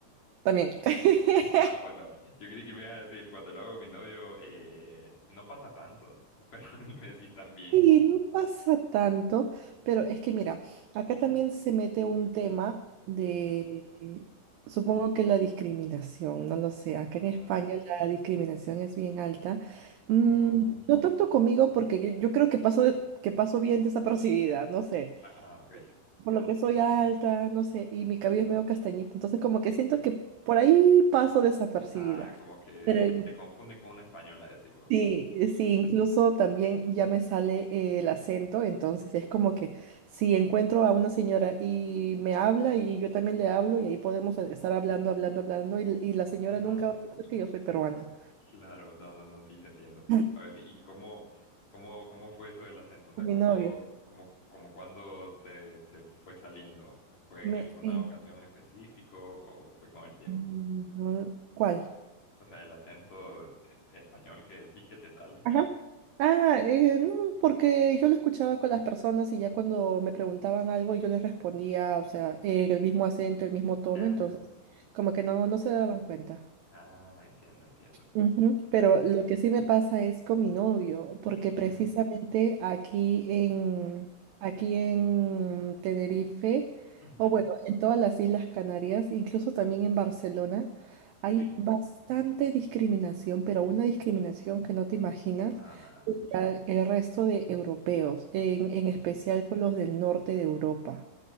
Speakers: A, on the right; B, on the left.
A: también. <laughs>
B: Ah, bueno, yo creí que me ibas a decir, cuando lo hago con mi novio, eh, no pasa tanto, <laughs> pero me decís también.
A: Sí, no pasa tanto, pero es que mira, acá también se mete un tema de,
B: Ujú.
A: supongo que la discriminación, no lo sé, acá en
B: Ah,
A: España la discriminación es bien alta,
B: ah,
A: Mm, no tanto conmigo porque yo, yo creo que paso, de- que paso bien desapercibida, no sé,
B: ah, ah, ok.
A: por lo que soy alta, no sé, y mi cabello es medio castañito, entonces como que siento que por ahí paso desapercibida.
B: Ah, como que
A: Pero en
B: te confunde con una española, decís vos.
A: Sí, sí, incluso también ya me sale eh, el acento, entonces es como que si encuentro a una señora y me habla y yo también le hablo y ahí podemos e- estar hablando, hablando, hablando y, y la señora
B: Ajá.
A: nunca va a pensar que yo soy peruana.
B: Claro, no, no, no, sí te entiendo.
A: <laughs>
B: A ver, ¿y cómo, cómo, cómo fue eso del acento? O sea,
A: Con Mi
B: ¿cómo,
A: novio.
B: cómo, cómo cuándo te, te fue saliendo? ¿Fue
A: Me,
B: en alguna
A: eh,
B: ocasión en específico o fue con el tiempo?
A: mm, no, ¿cuál?
B: O sea, el acento eh, español que decís que te sale.
A: Ajá. Ah, eh, no, porque yo lo escuchaba con las personas y ya cuando me preguntaban algo yo les respondía, o sea, en el mismo acento, el mismo tono,
B: Ah,
A: entonces como que no, no se daban cuenta.
B: ah, entiendo, entiendo.
A: Ujú, Pero
B: Ah, pues
A: lo
B: sí.
A: que sí me pasa es con mi novio, porque precisamente
B: Ujú,
A: aquí en, aquí en Tenerife,
B: ujú,
A: o bueno, en todas las Islas Canarias, incluso también en Barcelona, hay
B: Sí.
A: bastante discriminación, pero una discriminación que no te imaginas
B: Ah,
A: contra el resto de europeos, en, en especial con los del norte de Europa.